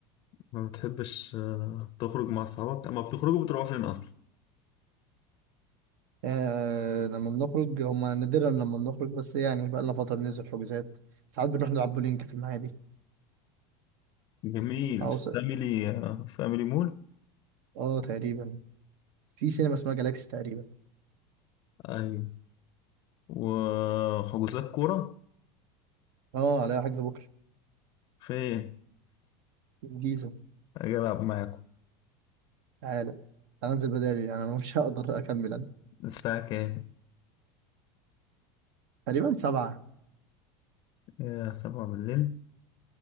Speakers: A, on the left (about 45°); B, on the right (about 70°).
A: ما بتحبش آه، تخرج مع صحابك أما بتخرجوا بتروحوا فين أصلا
B: آه لما بنخرج هما نادرا لما بنخرج بس يعني بقى لنا فتره بننزل حجوزات ساعات بنروح نلعب بولينج في المعادي
A: جميل
B: او
A: في
B: س-
A: فاميلي آه، فاميلي مول
B: اه تقريبا في سينما اسمها جالاكسي تقريبا
A: أيوة وحجوزات كورة
B: اه عليها حجز بكره
A: فين
B: في الجيزه
A: أجي ألعب معاكم
B: تعالى هنزل بدالي انا مش <laughs> هقدر اكمل انا
A: الساعة كام
B: تقريبا سبعة
A: يا سبعة بالليل